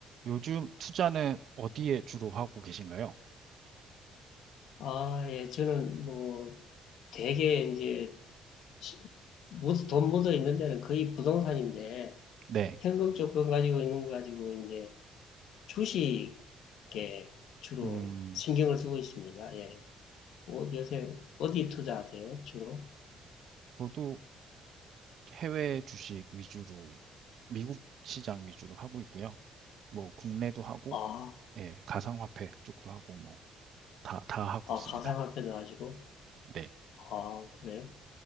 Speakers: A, on the right; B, on the left.
A: 요즘 투자는 어디에 주로 하고 계신가요?
B: 아, 예, 저는 뭐 되게 이제 시- 묻- 돈 묻어 있는 데는 거의 부동산인데
A: 네.
B: 현금 조건 가지고 있는 거 가지고 이제 주식에 주로
A: 음,
B: 신경을 쓰고 있습니다. 예. 어, 요새 어디 투자하세요, 주로?
A: 저도 해외 주식 위주로, 미국 시장 위주로 하고 있고요. 뭐, 국내도 하고,
B: 아,
A: 예, 가상화폐 쪽도 하고, 뭐, 다, 다 하고
B: 아,
A: 있습니다.
B: 가상화폐도 하시고?
A: 네.
B: 아, 그래요?